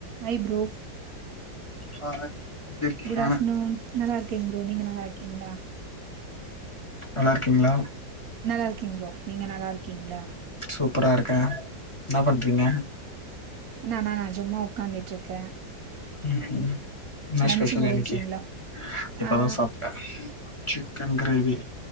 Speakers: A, on the right; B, on the left.
A: hi bro
B: hi எப்டி இருக்கீங்க
A: good afternoon நல்லா இருக்கேங் ப்ரோ நீங்க நல்லா இருக்கீங்களா
B: நல்லா இருக்கீங்களா
A: நல்லா இருக்கேங் ப்ரோ நீங்க நல்லா இருக்கீங்களா
B: சூப்பரா இருக்கே என்ன பண்றீங்க
A: நானா சும்மா உட்காந்துட்டு இருக்கே
B: ம் ம் என்ன
A: லன்ச்
B: ஸ்பெஷல்
A: முடிஞ்சுங்களா
B: இன்னைக்கி இப்பதா
A: ஆ
B: சாப்ட்டே சிக்கன் கிரேவி